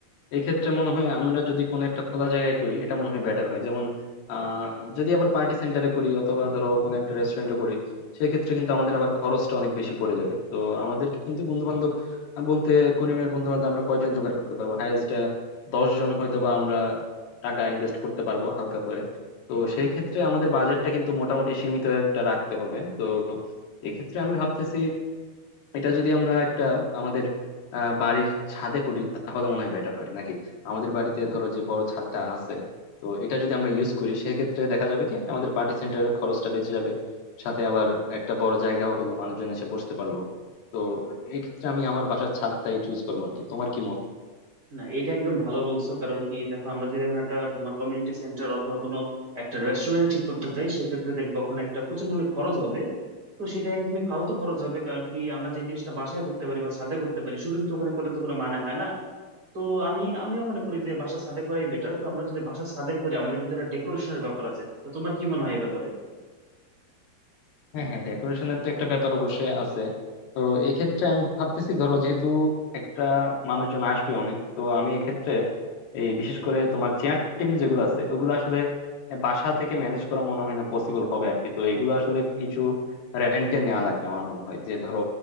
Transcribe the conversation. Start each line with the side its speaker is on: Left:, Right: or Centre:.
Left: এই ক্ষেত্রে মনে হয় আমরা যদি কোনো একটা খোলা জায়গায় করি এটা মনে হয় বেটার হয় যেমন আহ যদি আবার পার্টি সেন্টারে করি অথবা ধরো কোনো একটা রেস্টুরেন্টে করি সেক্ষেত্রে কিন্তু আমাদের আবার খরচটা অনেক বেশি পড়ে যাবে তো আমাদের কিন্তু বন্ধু বান্ধব বলতে করিমের বন্ধু বান্ধব আমরা কয়জন জোগাড় করতে পারবো হাইয়েস্ট দশ জন হয়তো বা আমরা টাকা ইনভেস্ট করতে পারবো হালকা করে তো সেই ক্ষেত্রে আমাদের বাজেটটা কিন্তু মোটামুটি সীমিত একটা রাখতে হবে তো এক্ষেত্রে আমি ভাবতেছি এটা যদি আমরা একটা আমাদের আহ, বাড়ির ছাদে করি তাহলে মনে হয় বেটার হয় নাকি আমাদের বাড়িতে ধরো যে বড় ছাদটা আছে তো এটা যদি আমরা ইউজ করি সেক্ষেত্রে দেখা যাবে কি আমাদের পার্টি সেন্টারের খরচটা বেঁচে যাবে সাথে আবার একটা বড় জায়গাও হলো মানুষজন এসে বসতে পারলো তো এই ক্ষেত্রে আমি আমার বাসার ছাদটাই চুজ করবো আর কি তোমার কি মত
Right: না এটা একদম ভালো বলছো কারণ কি দেখো আমরা যদি এখন একটা তোমার কমিউনিটি সেন্টার অথবা কোনো একটা রেস্টুরেন্ট ঠিক করতে চাই সেক্ষেত্রে দেখবা ওখানে একটা প্রচুর পরিমাণে খরচ হবে তো সেটা একদমই ফালতু খরচ হবে কারণ কি আমরা যে জিনিসটা বাসায় করতে পারি বা ছাদে করতে পারি শুধু তো ওখানে করে তো কোনো মানে হয় না তো আমি আমিও মনে করি যে বাসা ছাদে করাই বেটার তো আমরা যদি বাসা ছাদে করি আমাদের কিন্তু একটা ডেকোরেশনের ব্যাপার আছে তো তোমার কি মনে হয় এই ব্যাপারে
Left: হ্যাঁ হ্যাঁ ডেকোরেশনের তো একটা ব্যাপার অবশ্যই আছে তো এক্ষেত্রে আমি ভাবতেছি ধরো যেহেতু একটা মানুষজন আসবে অনেক তো আমি এক্ষেত্রে এই বিশেষ করে তোমার চেয়ার টেবিল যেগুলো আছে ওগুলো আসলে বাসা থেকে ম্যানেজ করা মনে হয় না পসিবল হবে আর কি তো এগুলো আসলে কিছু রেন্টে নেওয়া লাগবে আমার মনে হয় যে ধরো